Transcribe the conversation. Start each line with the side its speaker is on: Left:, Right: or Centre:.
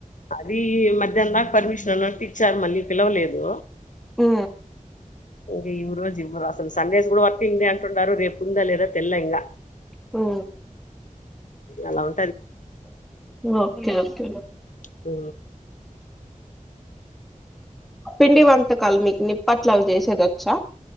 Left: అది ఈ మధ్యాహ్ దాక పర్మిషన్ అన్నట్టు ఇచ్చారు మళ్ళీ పిలవలేదు
Centre: ఉ
Left: ఇంకా ఈ రోజు ఇవ్వరు అసలు సండేస్ కూడా వర్కింగ్ డే అంటున్నారు రేపు ఉందా లేదా తెల్ల ఇంకా
Centre: హు
Left: ఎలా వ
Centre: ఓకే ఓకే
Left: ఆ
Centre: పిండి వంటకాలు మీకు నిప్పట్లు అవి చేసేదొచ్చా